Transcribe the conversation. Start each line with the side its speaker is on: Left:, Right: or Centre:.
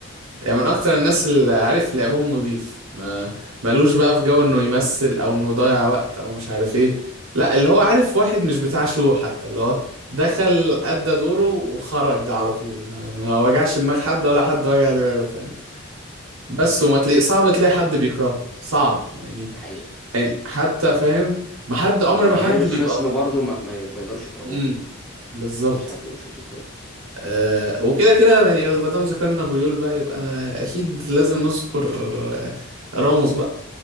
Right: يعني من اكتر الناس اللي عارف لعبهم نظيف ما ملوش بقى في جو انه يمثل او انه يضيع وقت
Centre: يعني
Right: او مش عارف ايه لا اللي هو عارف
Centre: مش عارف-
Right: واحد مش بتاع شو حتى اللي هو دخل ادى دوره وخرج على طول ما, ما وجعش دماغ حد
Centre: مش عارف.
Right: ولا حد وجع دماغه فاهم بس وما تلاقي صعب تلاقي حد بيكرهه صعب يعني
Centre: ده حقيقة
Right: يعني حتى
Centre: ده حقيقة
Right: فاهم ما حد عمر
Centre: من جماهير
Right: ما حد
Centre: الخصم
Right: بيبقى
Centre: برضو ما, ما ما يقدروش يكرهوه
Right: امم بالظبط
Centre: مفيش حد شفته بيكرهه
Right: آه، وكده كده يعني ما دام ذكرنا بويول بقى يبقى اكيد لازم نذكر آه، راموس بقى